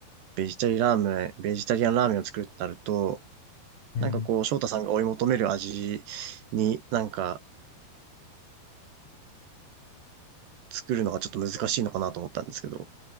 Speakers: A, on the right; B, on the left.
A: ベジタリラーメン、ベジタリアンラーメンを作るってなると、
B: い。
A: なんかこう、
B: うん
A: 翔太さんが追い求める味になんか作るのがちょっと難しいのかなと思ったんですけど。